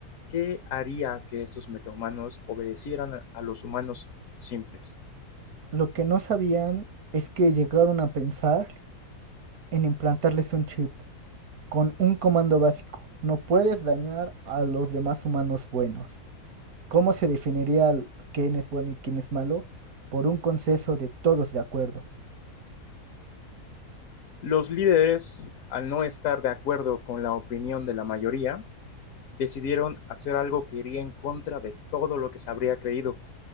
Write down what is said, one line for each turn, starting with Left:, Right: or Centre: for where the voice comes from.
Left: ¿Qué haría que estos metahumanos obedecieran a- a los humanos simples?
Right: Lo que no sabían es que llegaron a pensar en implantarles un chip con un comando básico. No puedes dañar a los demás humanos buenos. ¿Cómo se definiría l- quién es bueno y quién es malo? Por un consenso de todos de acuerdo.
Left: Los líderes, al no estar de acuerdo con la opinión de la mayoría, decidieron hacer algo que iría en contra de todo lo que se habría creído.